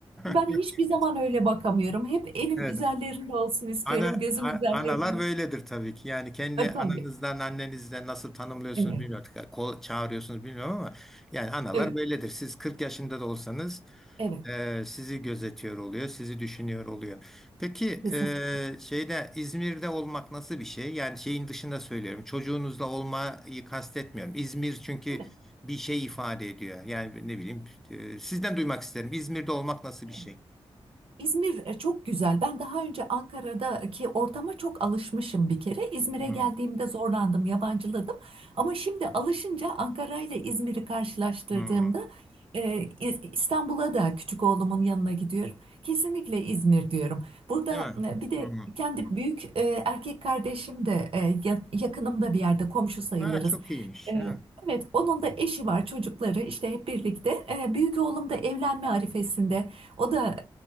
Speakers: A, on the right (about 65°); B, in the centre.
A: ben
B: <laughs>
A: hiçbir zaman öyle bakamıyorum. Hep elim
B: Evet.
A: üzerlerinde olsun istiyorum.
B: Ana,
A: Gözüm
B: a-
A: üzerlerinde.
B: analar böyledir tabii ki. Yani kendi
A: Tabii.
B: ananızdan, annenizden nasıl tanımlıyorsunuz
A: Evet.
B: bilmiyorum. Kol çağırıyorsunuz bilmiyorum ama yani analar
A: Evet.
B: böyledir. Siz 40 yaşında da olsanız
A: Evet.
B: e, sizi gözetiyor oluyor, sizi düşünüyor oluyor. Peki
A: Kesinlikle.
B: e, şeyde İzmir'de olmak nasıl bir şey? Yani şeyin dışında söylüyorum. Çocuğunuzla olmayı kastetmiyorum. İzmir çünkü
A: Evet.
B: bir şey ifade ediyor. Yani ne bileyim e, sizden duymak isterim. İzmir'de olmak nasıl
A: evet.
B: bir şey?
A: İzmir e, çok güzel. Ben daha önce Ankara'daki ortama çok alışmışım bir kere. İzmir'e
B: Hmm,
A: geldiğimde zorlandım, yabancıladım. Ama şimdi alışınca Ankara ile İzmir'i karşılaştırdığımda
B: hmm.
A: e, İz- İstanbul'a da küçük oğlumun yanına gidiyorum. Kesinlikle İzmir diyorum. Burada
B: Değil mi?
A: e, bir de
B: Hmm.
A: kendi büyük e, erkek kardeşim de e, ya- yakınımda bir yerde komşu sayılırız.
B: Ha çok iyiymiş.
A: E,
B: Ha.
A: Evet, onun da eşi var, çocukları işte hep birlikte. E, büyük oğlum da evlenme arifesinde. O da